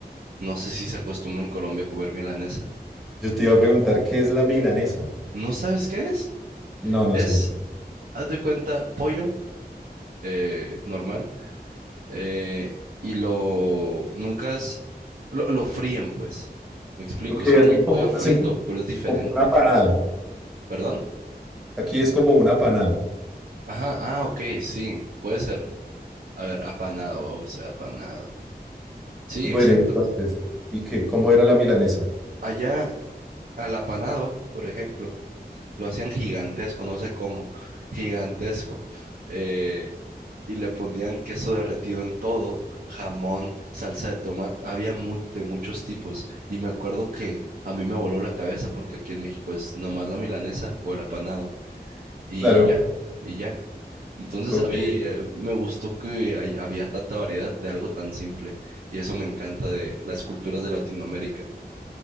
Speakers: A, on the right; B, in the centre.
A: No sé si se acostumbra en Colombia a comer milanesa.
B: Yo te iba a preguntar, ¿qué es la milanesa?
A: ¿No sabes qué es?
B: No, no
A: Es,
B: sé.
A: haz de cuenta, pollo eh, normal. eh, y lo nunca es- lo, lo fríen, pues. Me explico,
B: Ok,
A: es como
B: hacen
A: un pollo
B: como,
A: frito,
B: hacen como
A: pero es diferente.
B: un apanado.
A: ¿Perdón?
B: Aquí es como un apanado.
A: Ajá, ah, ok, sí, puede ser. A ver, apanado, o sea, apanado. Sí,
B: Bueno,
A: exacto.
B: y entonces, ¿y qué? ¿Cómo era la milanesa?
A: Allá al apanado, por ejemplo, lo hacían gigantesco, no sé cómo, gigantesco. Eh, y le ponían queso derretido en todo, jamón, salsa de tomate, había mu- de muchos tipos. Y me acuerdo que a mí me voló la cabeza porque aquí en México es nomás la milanesa o el apanado y,
B: Claro,
A: y ya, y ya. Entonces
B: ok.
A: a mí eh, me gustó que hay- había tanta variedad de algo tan simple y eso me encanta de las culturas de Latinoamérica.